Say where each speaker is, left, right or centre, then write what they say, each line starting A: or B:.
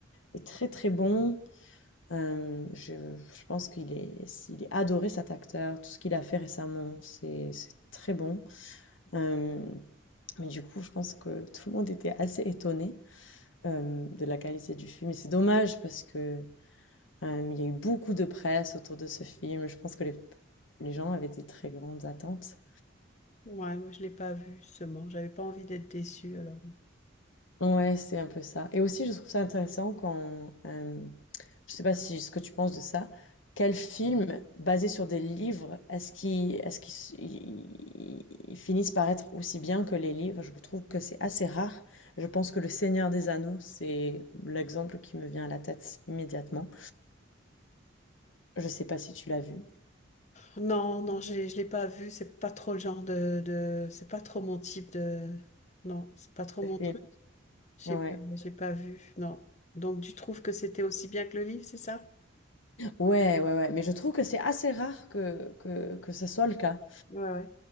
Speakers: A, on the left; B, on the left.
A: est très très bon. euh, je, je pense qu'il est, il est adoré cet acteur. Tout ce qu'il a fait récemment, c'est c'est très bon. Euh, Mais du coup, je pense que tout le monde était assez étonné euh, de la qualité du film. Et c'est dommage parce que euh, il y a eu beaucoup de presse autour de ce film. Je pense que les, les gens avaient des très grandes attentes.
B: Ouais, moi je l'ai pas vu justement. J'avais pas envie d'être déçue alors.
A: Ouais, c'est un peu ça. Et aussi, je trouve ça intéressant quand euh, Je sais pas si ce que tu penses de ça. Quel film basé sur des livres est-ce qui est-ce qu'ils s- ils- ils finissent par être aussi bien que les livres? Je trouve que c'est assez rare. Je pense que Le Seigneur des Anneaux, c'est l'exemple qui me vient à la tête immédiatement. Je sais pas si tu l'as vu.
B: Non, non, j'ai, je l'ai pas vu. C'est pas trop le genre de, de, c'est pas trop mon type de. Non, c'est pas trop
A: Le
B: mon
A: film.
B: truc. J'ai,
A: Ouais.
B: pas- j'ai pas vu. Non. Donc tu trouves que c'était aussi bien que le livre, c'est ça?
A: Ouais, ouais, ouais. Mais je trouve que c'est assez rare que, que, que ce soit le cas.
B: Ouais, ouais.